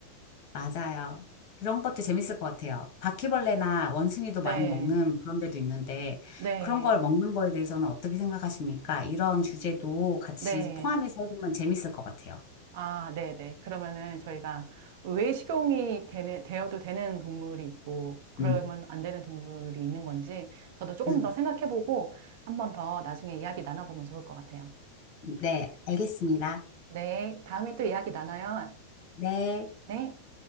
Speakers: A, on the left; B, on the right.
A: 맞아요. 그런 것도 재밌을 것 같아요. 바퀴벌레나 원숭이도 많이
B: 네,
A: 먹는 그런 데도 있는데,
B: 네,
A: 그런 걸 먹는 거에 대해서는 어떻게 생각하십니까? 이런 주제도 같이
B: 네.
A: 포함해서 해보면 재밌을 것 같아요.
B: 아, 네, 네. 그러면은 저희가 왜 식용이 되는, 되어도 되는 동물이 있고, 그러면
A: 음,
B: 안 되는 동물이 있는 건지, 저도 조금
A: 음,
B: 더 생각해보고, 한번 더 나중에 이야기 나눠보면 좋을 것 같아요.
A: 네, 알겠습니다.
B: 네, 다음에 또 이야기 나눠요.
A: 네.
B: 네.